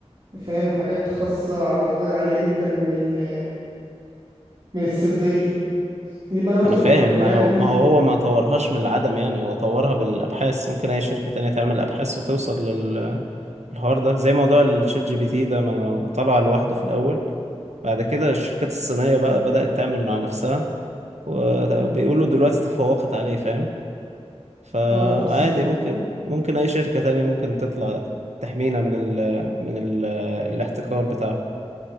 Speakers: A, on the right; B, on the right.
A: فاهم حاجات خاصه على درجه عاليه جدا من ال من السريه دي بقى النقطه
B: انا
A: اللي
B: فاهم
A: كنت بكلمك
B: ما هو
A: فيها
B: ما هو هو ما طورهاش من العدم يعني هو طورها بالابحاث ممكن اي شركة تانية تعمل ابحاث وتوصل لل- للحوار ده زي موضوع الشات جي بي تي ده ما هو طلع لوحده في الاول بعد كده الشركات الصينية بقى بدأت تعمل مع نفسها وبيقولوا دلوقتي تفوقت عليه فاهم فعادي
A: اه ديب سيك
B: ممكن ممكن اي شركة تانية ممكن تطلع تحمينا من ال من ال الاحتكار بتاعه